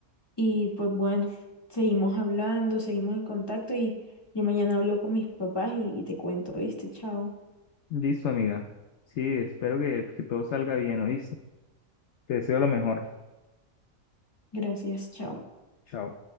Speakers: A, on the left (about 15°); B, on the left (about 60°).
A: Y pues bueno, seguimos hablando, seguimos en contacto y yo mañana hablo con mis papás y, y te cuento, ¿viste? Chao.
B: Listo, amiga. Sí, espero que, que todo salga bien, ¿oíste? Te deseo lo mejor.
A: Gracias, chao.
B: Chao.